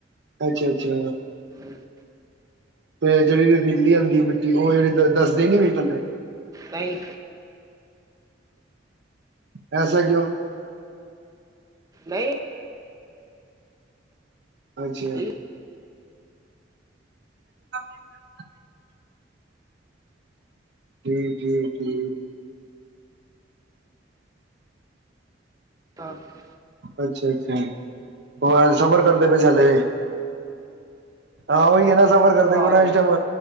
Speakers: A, on the right (about 65°); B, on the right (about 20°).
A: ਅੱਛਾ, ਅੱਛਾ।
B: ਹਮ,
A: ਤੇ ਜਿਹੜੀ ਰੇਤੀਲੀ ਹੁੰਦੀ ਏ ਮਿੱਟੀ, ਉਹ ਜਿਹੜੀ ਧੱਸਦੀ ਨੀ ਵੀ ਥੱਲੇ?
B: ਨਹੀਂ।
A: ਅ ਐਸਾ ਕਿਉਂ?
B: ਨਹੀਂ।
A: ਅੱਛਾ।
B: ਜੀ
A: <inaudible> ਕੀ- ਕੀ, ਕੀ
B: <unintelligible>
A: ਅੱਛਾ- ਅੱਛਾ, ਹੋਰ ਸਫਰ ਕਰਦੇ ਪਏ ਸੀ ਹਲੇ? ਹਾਂ ਓਈ ਐ ਨਾ, ਸਫਰ ਕਰਦੇ
B: ਆਹੋ
A: ਪਏ ਨਾ ਇਸ ਟਾਈਮ